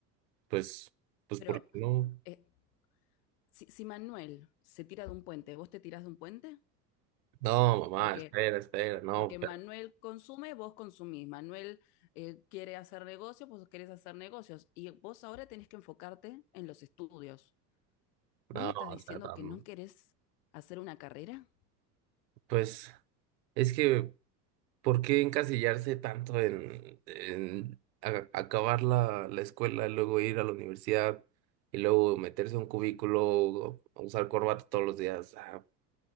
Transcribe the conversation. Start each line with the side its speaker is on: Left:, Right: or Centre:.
Right: pues, pues,
Left: pero
Right: ¿por qué no?
Left: eh, si, si Manuel se tira de un puente, ¿vos te tirás de un puente?
Right: No, mamá,
Left: Porque
Right: espera, espera, no,
Left: Porque
Right: pero-
Left: Manuel consume, vos consumís. Manuel eh, quiere hacer negocios, vos querés hacer negocios. Y vos ahora tenés que enfocarte en los estudios. ¿Vos
Right: no,
Left: me estás
Right: o
Left: diciendo
Right: sea, tam-
Left: que no querés hacer una carrera?
Right: pues, es que ¿Por qué encasillarse tanto en, en a- acabar la, la escuela y luego ir a la universidad y luego meterse a un cubículo, o usar corbata todos los días? Ah,